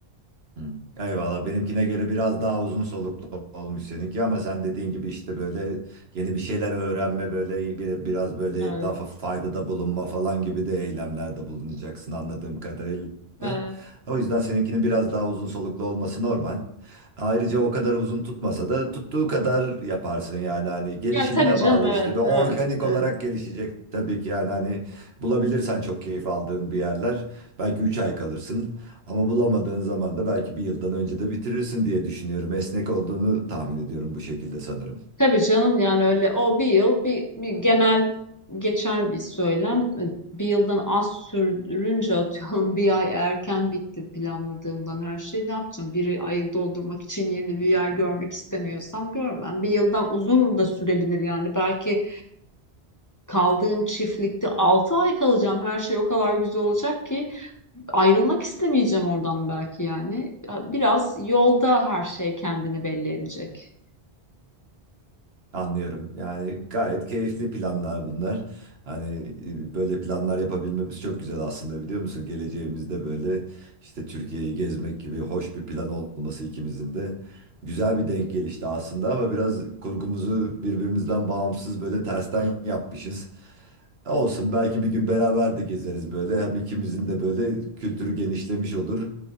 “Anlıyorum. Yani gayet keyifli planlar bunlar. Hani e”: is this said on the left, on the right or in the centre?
Right